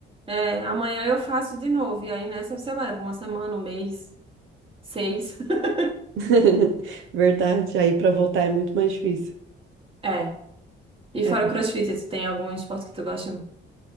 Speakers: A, on the right (about 30°); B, on the right (about 80°).
A: É, amanhã eu faço de novo. E aí nessa você leva uma semana, um mês, seis. <laughs>
B: <laughs> Verdade. Aí para voltar é muito mais difícil.
A: É. E
B: É.
A: fora o CrossFit, tu tem algum esporte que tu gosta?